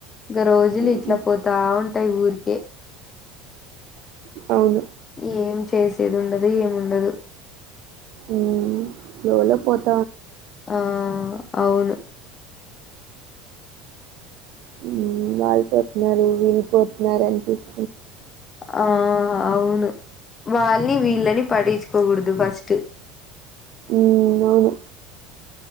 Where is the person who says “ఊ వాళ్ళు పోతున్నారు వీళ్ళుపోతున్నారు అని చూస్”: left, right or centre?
Right